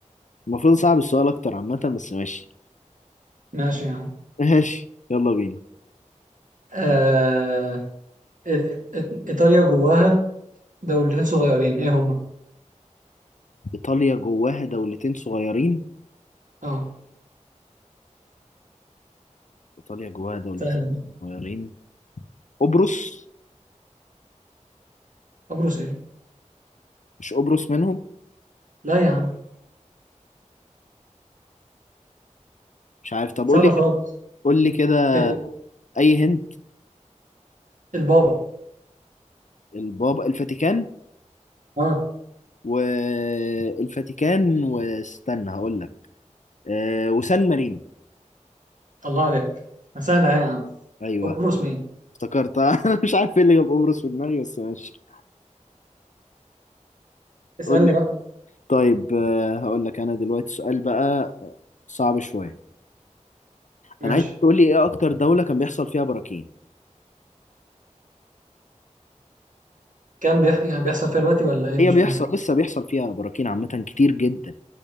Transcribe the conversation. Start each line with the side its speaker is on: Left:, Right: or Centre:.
Left: المفروض صعب السؤال اكتر عامة بس ماشي
Right: ماشي يا عم
Left: <laughs> ماشي يلا بينا
Right: آه، إي- إي- ايطاليا جواها دولتين صغيرين ايه هما
Left: ايطاليا جواها دولتين صغيرين
Right: اه
Left: ايطاليا جواها دولتين
Right: سهله دي
Left: صغيرين قبرص
Right: قبرص ايه
Left: مش قبرص منهم
Right: لا يا عم
Left: مش عارف طب
Right: سهله
Left: قول لي
Right: خالص
Left: كده قول لي كده
Right: ال-
Left: اي هنت
Right: البابا
Left: البابا الفاتيكان
Right: اه
Left: والفاتيكان واستنى هقول لك أه وسان مارينو
Right: الله عليك سهله إيه يا عم
Left: ايوه
Right: قبرص مين
Left: افتكرت <laughs> انا مش عارف ايه اللي جاب قبرص في دماغي بس ماشي
Right: اسألني
Left: قول لي
Right: بقى
Left: طيب أه هقول لك انا دلوقتي سؤال بقى صعب شوية
Right: ماشي
Left: انا عايز تقول لي ايه اكتر دولة كان بيحصل فيها براكين
Right: كان بيح... يعني بيحصل فيها دلوقتي ولا ايه
Left: هي
Right: مش
Left: بيحصل
Right: فاهم
Left: لسه بيحصل فيها براكين عامة كتير جدا